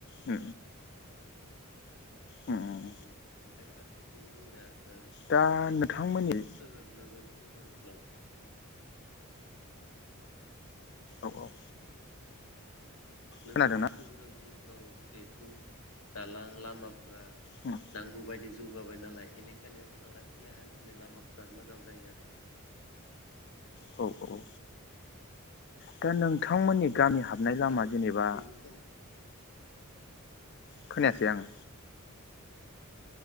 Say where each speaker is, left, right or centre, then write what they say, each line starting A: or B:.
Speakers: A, on the left; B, on the left.
A: ओ <unintelligible>
B: उम ओमफाय फारसेथिं जोंना ओ
A: दा
B: जिहेथु
A: नोथांमोननि
B: सोहोर नोगोर नोगोरल'
A: औ औ
B: नोगोर
A: खोनादोंना
B: सोहोर ओनसोलफोराव जिहेथु दालां लामा फ्रा
A: उम
B: नांगौ बायदि जौगाबाय नालाय एनिखायनो थांलाय फैलाय हान्थिनाय लामाफ्रा मोजां जायो आरो।
A: हौ औ दा नोंथांमोननि गामि हाबनाय लामा
B: दा नोंथाङा
A: जेनेबा
B: बेनि सोम
A: खोनायासै आङो।